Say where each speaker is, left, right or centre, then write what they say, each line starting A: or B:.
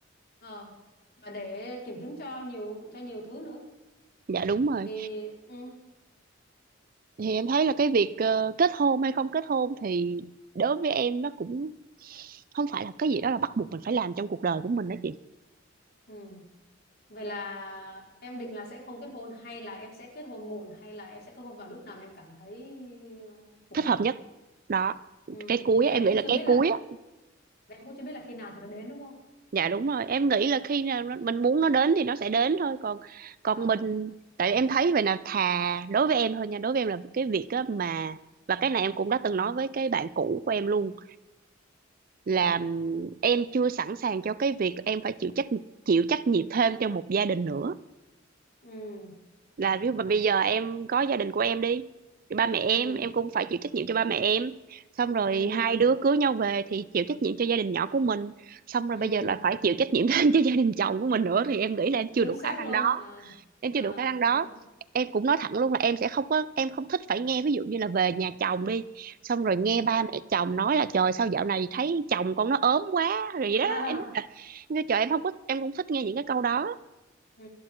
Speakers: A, on the left; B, on the right.
A: ờ và để kiểm chứng cho nhiều cho nhiều thứ nữa
B: dạ đúng rồi
A: thì ừ,
B: thì em thấy là cái việc ờ, kết hôn hay không kết hôn thì đối với em nó cũng không phải là cái gì đó là bắt buộc mình phải làm trong cuộc đời của mình đó chị
A: ừ. vậy là em định là sẽ không kết hôn hay là em sẽ kết hôn muộn hay là em sẽ kết hôn vào lúc nào mà em cảm thấy ờ, phù hợp
B: thích hợp nhất đó
A: ừ.
B: cái cuối
A: và
B: á, em
A: em cũng
B: nghĩ là
A: chưa
B: cái
A: biết là
B: cuối á
A: và em cũng chưa biết là khi nào thì nó đến đúng không
B: dạ đúng rồi em nghĩ là khi nào nó- mình muốn nó đến thì nó sẽ đến thôi còn còn
A: ờ
B: mình tại em thấy vậy là thà đối với em thôi nha đối với em là cái việc á mà và cái này em cũng đã từng nói với cái bạn cũ của em luôn là
A: ừ
B: ừm, em chưa sẵn sàng cho cái việc em phải chịu trách chịu trách nhiệm thêm cho một gia đình nữa
A: ừ
B: là ví dụ mà bây giờ em có gia đình của em đi thì ba mẹ em
A: ừ
B: em cũng phải chịu trách nhiệm cho ba mẹ em xong rồi
A: ừ
B: hai đứa cưới nhau về thì chịu trách nhiệm cho gia đình nhỏ của mình xong rồi
A: ừ
B: bây giờ là phải chịu trách nhiệm <laughs> thêm cho gia đình chồng của mình nữa thì em nghĩ là em chưa
A: chính
B: đủ
A: xác
B: khả năng
A: luôn
B: đó
A: à,
B: em
A: à
B: chưa đủ khả năng đó
A: đúng rồi
B: em cũng nói thẳng luôn là em sẽ không có em không thích phải nghe ví dụ như là về nhà chồng đi xong rồi nghe
A: ừ
B: ba mẹ chồng nói là trời sao dạo này thấy chồng con nó ốm quá rồi vậy đó
A: à
B: em nói là em kêu, trời em không có em cũng thích nghe những cái câu đó
A: ừ